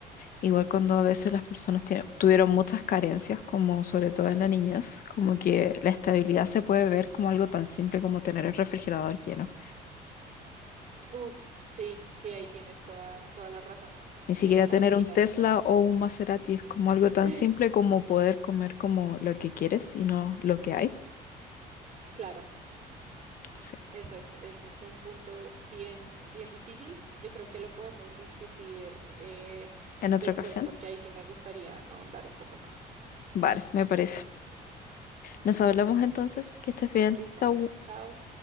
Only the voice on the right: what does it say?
Uf, sí, sí, ahí tienes toda, toda la razón.
Eh,
al final.
<laughs>
Claro,
esa es- ese es un punto bien, bien difícil. Yo creo que lo podemos discutir eh,
después
porque ahí sí me gustaría ahondar un poco más.
Bueno,
listo.
Chao.